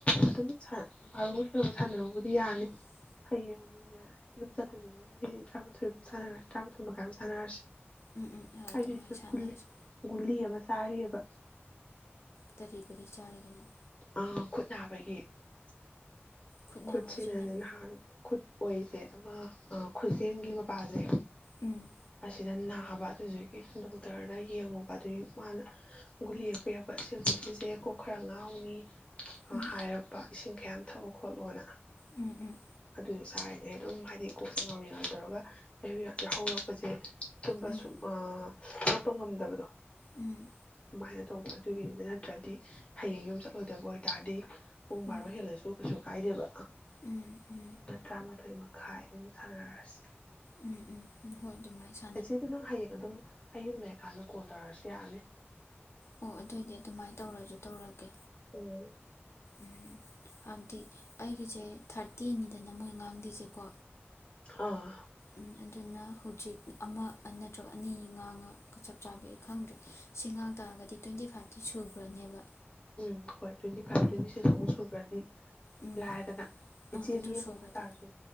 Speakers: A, on the left (about 30°); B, on the left (about 80°).
A: ꯑꯗꯨꯝ ꯁꯥꯟꯅꯕꯨꯗꯤ ꯁꯥꯟꯅꯕ ꯌꯥꯅꯤ ꯐꯩꯌꯦ ꯑꯃꯨꯛ ꯌꯥꯔꯦ ꯌꯨꯝ ꯆꯠꯇꯕꯅꯤꯅ ꯑꯩꯗꯤ ꯇꯔꯥꯃꯥꯊꯣꯏꯃꯨꯛ ꯁꯥꯟꯅꯔꯁꯤ ꯇꯔꯥꯊꯣꯏ ꯃꯈꯥꯏ ꯃꯨꯛ ꯁꯥꯟꯅꯔꯁꯤ
B: ꯎꯝ ꯎꯝ ꯍꯣꯏ
A: ꯑꯩꯁꯨ
B: ꯑꯗꯨꯃꯥꯏꯅ ꯁꯥꯟꯅꯔꯁꯤ
A: ꯒꯨꯂꯤ ꯒꯨꯂꯤ ꯑꯃ ꯆꯥꯔꯤꯕ
B: ꯀꯔꯤ ꯒꯨꯂꯤ ꯆꯥꯔꯤꯒꯦ ꯅꯪ
A: ꯑ ꯈꯨꯠ ꯅꯥꯕꯒꯤ
B: ꯈꯨꯠ
A: ꯈꯨꯠꯁꯤꯅꯅꯦ
B: ꯅꯥꯕ ꯍꯥꯏꯁꯦ ꯅꯪ
A: ꯅꯍꯥꯟ ꯈꯨꯠ ꯑꯣꯏꯁꯦ ꯑꯃ ꯈꯨꯖꯦꯡꯒꯤ ꯃꯄꯥꯁꯦ
B: ꯎꯝ
A: ꯑꯁꯤꯗ ꯅꯥꯕ ꯑꯗꯨꯒꯤ ꯗꯣꯛꯇꯔꯗ ꯌꯦꯡꯉꯨꯕ ꯑꯗꯨꯒꯤ ꯃꯥꯅ ꯒꯨꯂꯤ ꯌꯦꯛꯄ ꯆꯥꯕ ꯁꯤ ꯒꯨꯂꯤꯁꯦ ꯀꯣꯛ ꯈꯔ ꯉꯥꯎꯅꯤ
B: ꯎꯝ
A: ꯍꯥꯏꯔꯛꯄ ꯏꯁꯤꯡ ꯌꯥꯝ ꯊꯛꯎ ꯈꯣꯠꯂꯣꯅ
B: ꯎꯝ ꯎꯝ
A: ꯑꯗꯨ ꯁꯥꯔꯤꯉꯩ ꯑꯗꯨꯝ ꯍꯥꯏꯗꯤ ꯀꯣꯛꯁꯦ ꯉꯥꯎꯔꯤ ꯉꯥꯎꯔꯤ ꯇꯧꯔꯒ ꯑꯩ ꯌꯥꯍꯧꯔꯛꯄꯁꯦ ꯇꯨꯝꯕꯁꯨ
B: ꯎꯝ
A: ꯑ ꯍꯧꯒꯠꯄ ꯉꯝꯗꯕꯗꯣ
B: ꯎꯝ
A: ꯑꯗꯨꯃꯥꯏꯅ ꯇꯧꯕ ꯑꯗꯨꯒꯤꯗ ꯅꯠꯇ꯭ꯔꯗꯤ ꯍꯌꯦꯡ ꯌꯨꯝ ꯆꯠꯂꯣꯏꯗꯕ ꯑꯣꯏꯇꯥꯔꯗꯤ ꯄꯨꯡ ꯕꯥꯔꯣ
B: ꯎꯝ ꯎꯝ
A: ꯍꯦꯜꯂꯁꯨ ꯀꯩꯁꯨ ꯀꯥꯏꯗꯦꯕ
B: ꯎꯝ
A: ꯇꯔꯥꯃꯥꯊꯣꯏ ꯃꯈꯥꯏꯃꯨꯛ ꯁꯥꯟꯅꯔꯁꯤ
B: ꯎꯝ ꯎꯝ ꯎꯝ ꯍꯣꯏ ꯑꯗꯨꯝꯃꯥꯏꯅ
A: ꯑꯩ ꯆꯦꯗꯣ ꯅꯪ ꯍꯌꯦꯡ ꯑꯗꯨꯝ ꯑꯩ ꯌꯨꯝ ꯂꯩꯔꯀꯥꯟꯗ ꯀꯣꯜ ꯇꯧꯔꯑꯁꯨ ꯌꯥꯅꯤ꯫
B: ꯑꯣ ꯑꯗꯨꯑꯣꯢꯗꯤ ꯑꯗꯨꯃꯥꯢꯅ ꯇꯧꯔꯖꯨ ꯇꯧꯔꯒꯦ꯫
A: ꯎꯝ
B: ꯎꯝ ꯍꯞꯗꯤ ꯑꯩꯒꯤꯖꯦ ꯊꯥꯔꯇꯤꯅꯤꯗꯅ ꯃꯣꯢ ꯉꯥꯡꯗꯣꯢꯖꯦꯀꯣ꯫
A: ꯑꯥ
B: ꯎꯝ ꯑꯗꯨꯅ ꯍꯧꯖꯤꯛ ꯑꯃ ꯑ ꯅꯠꯇ꯭ꯔꯒ ꯑꯅꯤ ꯉꯥꯉꯒ ꯆꯞ ꯆꯕꯤ ꯑꯩ ꯈꯪꯗ꯭ꯔꯦ꯫ ꯁꯤ ꯉꯥꯡ ꯇꯥꯔꯒꯗꯤ ꯇ꯭ꯋꯦꯟꯇꯤ ꯐꯥꯏꯞꯇꯤ ꯁꯨꯒ꯭ꯔꯅꯦꯕ꯫
A: ꯎꯝ ꯍꯣꯢ ꯇ꯭ꯋꯦꯟꯇꯤ ꯐꯥꯏꯞ ꯇ꯭ꯋꯦꯟꯇꯤ ꯁꯤꯛꯁ ꯑꯃꯨꯛ ꯁꯨꯒ꯭ꯔꯗꯤ꯫
B: ꯎꯝ
A: ꯂꯥꯢꯔꯗꯅ ꯏꯆꯦ
B: ꯑꯥ ꯑꯗꯨ
A: ꯃꯤ ꯑꯃ
B: ꯁꯨꯔꯒꯗꯤ
A: ꯋꯥꯠꯇꯥꯔꯖꯨ